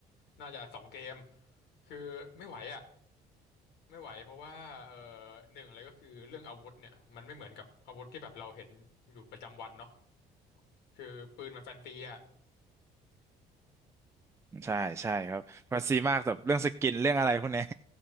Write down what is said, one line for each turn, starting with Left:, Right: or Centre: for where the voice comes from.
Left: น่าจะสองเกมคือไม่ไหวอ่ะไม่ไหวเพราะว่าเอ่อหนึ่งเลยก็คือเรื่องอาวุธเนี่ยมันไม่เหมือนกับอาวุธที่แบบเราเห็นอยู่ประจำวันเนาะคือปืนมันแฟนซีอ่ะ
Right: ใช่ใช่ครับมันซีมากแบบเรื่องสกินเรื่องอะไรพวกเนี้ย